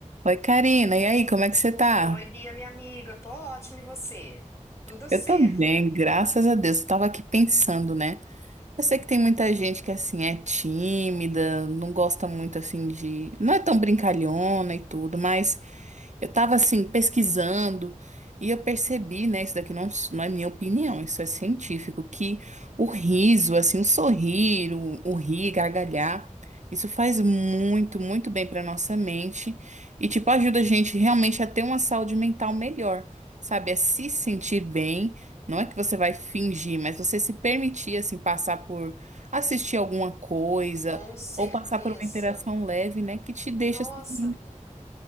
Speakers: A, on the right; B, on the left.
A: Oi, Karina, e aí, como é que você tá?
B: Oi, Bia, minha amiga, tô ótima e você? Tudo certo.
A: Eu tô bem, graças a Deus. Eu tava aqui pensando, né? Eu sei que tem muita gente que, assim, é tímida, não gosta muito, assim, de. Não é tão brincalhona e tudo, mas. Eu tava assim pesquisando e eu percebi, né, isso daqui não, s- não é minha opinião, isso é científico, que o riso, assim, o sorrir, o, o rir, gargalhar, isso faz muito, muito bem pra nossa mente e tipo ajuda a gente realmente a ter uma saúde mental melhor, sabe? É se sentir bem, não é que você vai fingir, mas você se permitir assim passar por assistir alguma coisa
B: Com certeza.
A: ou passar por uma interação leve, né, que te deixa
B: Nossa,
A: assim.
B: amiga.